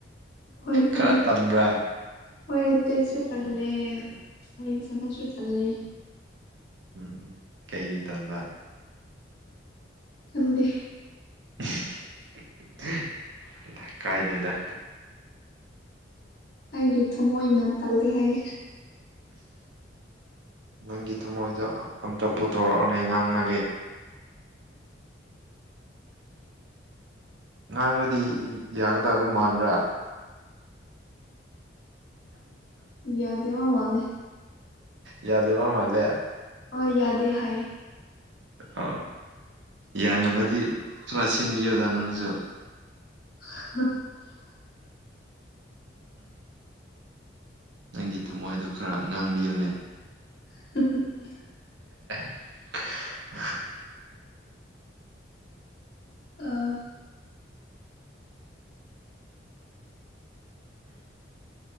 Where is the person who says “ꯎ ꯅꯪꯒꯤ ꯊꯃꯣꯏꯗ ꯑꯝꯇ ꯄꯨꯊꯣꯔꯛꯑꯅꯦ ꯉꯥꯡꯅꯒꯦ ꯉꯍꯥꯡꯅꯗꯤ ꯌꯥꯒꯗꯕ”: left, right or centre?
Right